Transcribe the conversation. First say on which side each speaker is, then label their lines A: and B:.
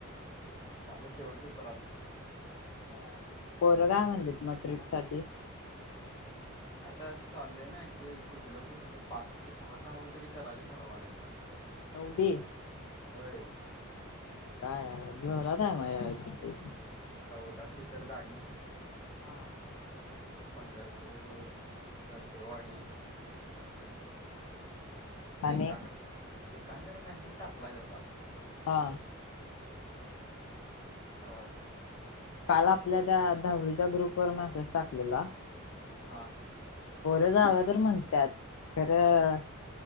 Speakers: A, on the left; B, on the left.
A: झालं शेवट पेपर आज.
B: हा पोरं काय म्हणलीत मग ट्रीप साठी?
A: आता चालय मॅसेज कुठल, कुठलं पाच ते सहा गाव तरी करायचं ठरवाल्यात.
B: एवढी?
A: होय.
B: आता जोरान हाय म या वेळची ट्रीप.
A: चौदा सीटर गाडी
B: हा
A: आणि पंढर पूर, नरसिंहवाडी
B: आणि
A: एकान, एकान तरी मेसेज टाकलाय तसा.
B: हा.
A: म ठरवायच
B: काल आपल्या त्या दहावीच्या ग्रुप वर मेसेज टाकलेला
A: हा.
B: पोरं जाउया तर म्हणत्यात, खरं